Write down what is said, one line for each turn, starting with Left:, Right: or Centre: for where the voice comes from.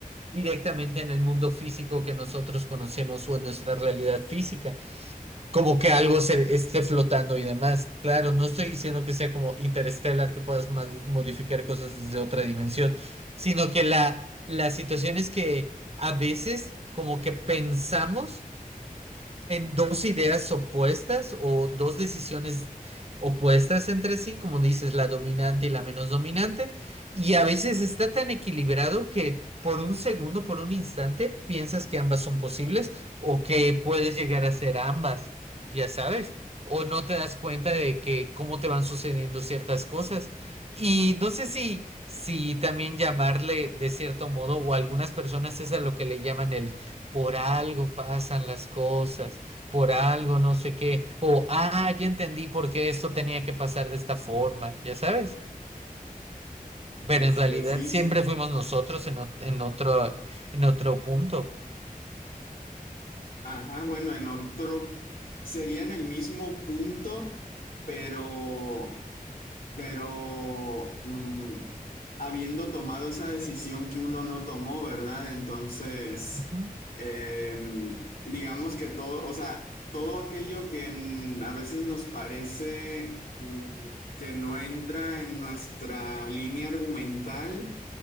Right: directamente en el mundo físico que nosotros conocemos o en nuestra realidad física, como que algo se esté flotando y demás. Claro, no estoy diciendo que sea como interstellar, que puedas modificar cosas desde otra dimensión, sino que la, la situación es que a veces como que pensamos en dos ideas opuestas o dos decisiones opuestas entre sí, como dices, la dominante y la menos dominante, y a veces está tan equilibrado que por un segundo, por un instante, piensas que ambas son posibles o que puedes llegar a ser ambas, ya sabes, o no te das cuenta de que cómo te van sucediendo ciertas cosas. Y no sé si, si también llamarle de cierto modo, o algunas personas es a lo que le llaman el por algo pasan las cosas por algo, no sé qué, o, ah, ya entendí por qué esto tenía que pasar de esta forma, ya sabes, pero
Left: Este,
Right: en realidad
Left: sí,
Right: siempre
Left: sí.
Right: fuimos nosotros en, o- en otro, en otro punto.
Left: Ajá, bueno, en otro, sería en el mismo punto, pero... pero mm, habiendo tomado esa decisión que uno no tomó, ¿verdad? Entonces,
Right: Ujú,
Left: em, digamos que todo, o sea, todo aquello que mm, a veces nos parece mm, que no entra en nuestra línea argumental,